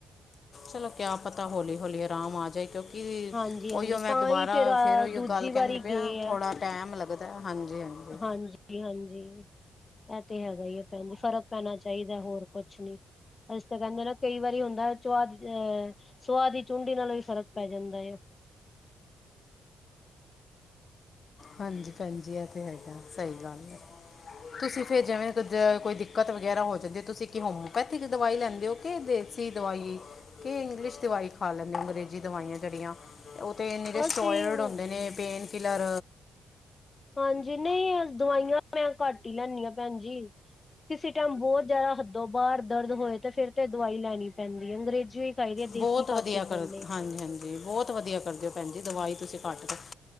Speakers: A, on the left; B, on the left.
A: ਚਲੋ ਕਿਆ ਪਤਾ ਹੋੌਲੀ ਹੋਲੀ, ਆਰਾਮ ਆ ਜਾਏ। ਕਿਉਂਕਿ
B: ਹਾਂਜੀ ਹਾਂਜੀ
A: ਉਹੀਓ, ਮੈਂ
B: ਤਾਂ
A: ਦੁਬਾਰਾ
B: ਹੀ ਫੇਰ ਅ
A: ਫਿਰ ਉਹੀਓ,
B: ਦੂਜੀ
A: ਗੱਲ ਕਰਨਹਿ
B: ਵਾਰੀ
A: ਪਿਆ
B: ਗਏ ਆ
A: ਥੋੜ੍ਹਾ ਟਾਈਮ ਲੱਗਦਾ। ਹਾਂਜੀ। ਹਾਂਜੀ
B: ਹਾਂਜੀ ਹਾਂਜੀ। ਇਹ ਤੇ ਹੈਗਾ ਹੈ, ਭੈਣ ਜੀ ਫ਼ਰਕ ਪੈਣਾ ਚਾਹੀਦਾ ਹੋਰ ਕੁਛ ਨੀ ਇਸ ਤੇ ਕਹਿੰਦੇ ਨਾ ਕਈ ਵਾਰੀ ਹੁੰਦਾ, ਸੁਹਾ ਦੀ ਅਹ ਸੁਹਾ ਦੀ ਚੁੰਡੀ ਨਾਲੋਂ ਵੀ ਫ਼ਰਕ ਪੈ ਜਾਂਦਾ। ਲਓ!
A: ਹਾਂਜੀ, ਭੈਣਜੀ। ਇਹ ਤੇ ਹੈਗਾ ਸਹੀ ਗੱਲ ਆ ਤੁਸੀਂ ਫੇਰ ਜਿਵੇਂ ਕੋਈ ਦਿੱਕਤ ਵਗੈਰਾ ਹੋ ਜਾਂਦੀ। ਤੁਸੀਂ ਕਿ ਹੋਮਓਪੈਥਿਕ ਦਵਾਈ ਲੈਂਦੇ ਹੋ ਕਿ ਦਵਾਈ, ਕਿ ਇੰਗਲਿਸ਼ ਦਵਾਈ ਖਾ ਲੈਂਦੇ ਅੰਗਰੇਜ਼ੀ ਦਵਾਈਆਂ ਜਿਹੜੀਆਂ? ਉਹ ਤੇ ਨਿੜੇ ਸਟੋਇਰਡ
B: ਅਸੀਂ
A: ਹੁੰਦੇ ਨੇ, ਪੇਨ ਕਿਲਰ
B: ਹਾਂਜੀ ਨਹੀਂ, ਦਵਾਈਆਂ ਮੈਂ ਘੱਟ ਹੀ ਲੈਨੀ ਐਂ, ਭੈਣ ਜੀ। ਕਿਸੇ ਟਾਈਮ ਬਹੁਤ ਜਿਆਦਾ ਹੱਦੋ ਬਾਹਰ ਦਰਦ ਹੋਏ, ਤੇ ਫੇਰ ਤੇ ਦਵਾਈ ਲੈਣੀ ਪੈਂਦੀ ਐ ਅੰਗਰੇਜ਼ੀ ਖਾਈਦੇ ਆ,
A: ਬਹੁਤ
B: ਦੇਸੀ ਘਾਟੀ
A: ਵਧੀਆ ਕਰ
B: ਗਾਨੇ ਆ।
A: ਹਾਂਜੀ ਹਾਂਜੀ ਬਹੁਤ ਵਧੀਆ ਕਰਦੇ ਓ, ਭੈਣ ਜੀ ਦਵਾਈ ਤੁਸੀਂ ਕੱਟ ਕੇ,